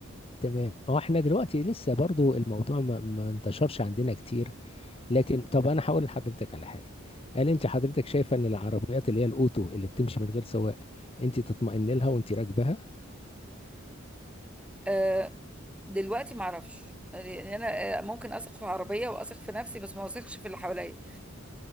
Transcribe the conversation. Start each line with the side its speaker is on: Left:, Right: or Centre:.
Left: تمام هو احنا دلوقتي لسه برضو الموضوع ما, ما انتشرش عندنا كتير لكن طب انا هقول لحضرتك على حاجة هل انت حضرتك شايفة ان العربيات اللي هي الاوتو اللي بتمشي من غير سواق انت تطمئن لها وانت راكبها
Centre: آه، دلوقتي ما اعرفش يعني انا آه، ممكن اثق في عربيه واثق في نفسي بس ما اثقش في اللي حواليا